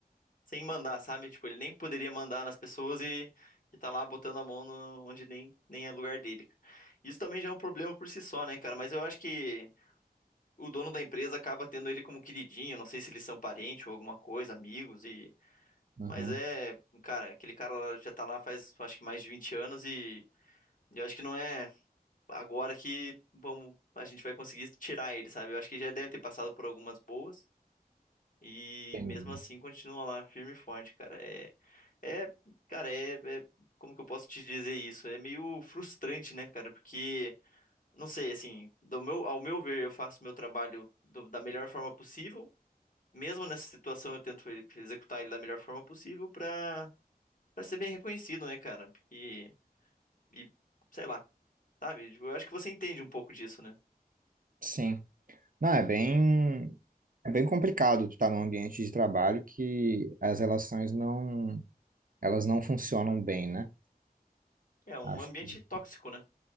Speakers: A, on the left; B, on the right.
A: sem mandar, sabe? Tipo, ele nem poderia mandar nas pessoas e, e tá lá botando a mão no, onde nem, nem é lugar dele. cara. Isso também já é um problema por si só, né, cara? Mas eu acho que o dono da empresa acaba tendo ele como queridinho. Não sei se eles são parentes ou alguma coisa, amigos e.
B: Uhum.
A: Mas é, cara, aquele cara lá já tá lá faz acho que mais de 20 anos e e Eu acho que não é agora que vamos, a gente vai conseguir tirar ele, sabe? Eu acho que já deve ter passado por algumas boas e
B: Entendi.
A: mesmo assim continua lá firme e forte, cara. É, é, cara, é, é- como que eu posso te dizer isso? É meio frustrante, né, cara? Porque não sei, assim, do meu, ao meu ver, eu faço meu trabalho do- da melhor forma possível. Mesmo nessa situação, eu tento ele- executar ele da melhor forma possível pra para ser bem reconhecido, né, cara? E, e sei lá, sabe? Tipo, Eu acho que você entende um pouco disso, né?
B: Sim. Não, é bem. É bem complicado tu estar num ambiente de trabalho que as relações não, elas não funcionam bem, né?
A: É um
B: Acho
A: ambiente
B: que
A: tóxico, né?